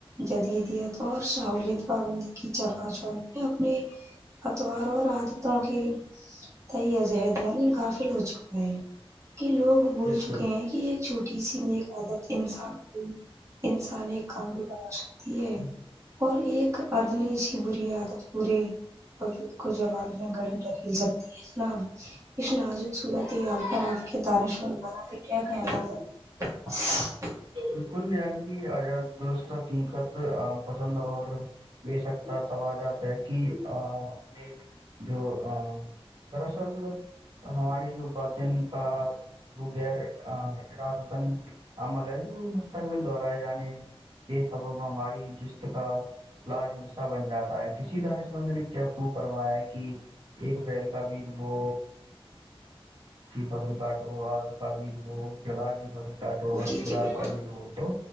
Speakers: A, on the right (about 30°); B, on the right (about 55°).
A: جدیدیت اور سہوولت پابندی کی چاچ میں اپنے اتواروں اور عادتوں کی تی عجہد یعنی کاافل ہو چکا ہے کہ لوگ بول
B: بالکل
A: چکے ہیں کہ ایک چھوٹی سی نیک عادت انسان انسان ایک کامی بنا سکتی ہے اور ایک ادنی سی بری عادت پورے بج کو جوالیا گھڑی ٹکل سکتی ہے جناب اس نازک صورت حال پر آپ کے دارش موانا کیا خیالات <unintelligible>
B: بالکل یعنی کہ آزاد دوست حقیقت پسند اور م سکتا سو جات ہے کہ نے جو دراصل ہماری جو باتیں اج رات حسن عمل ہے جو مستقبل دہرائے جانے یہ سب ہماری جس کا لاظم سا بن جاتا ہے کسی دانش مند نے کیا خوب فرمایا ہے کہ ایک اپریل کا بیج وہ کی فصل کاٹو اور کا بیج بو کردار ٹو
A: جی جی
B: بات
A: بالکل
B: کا بھی جو تو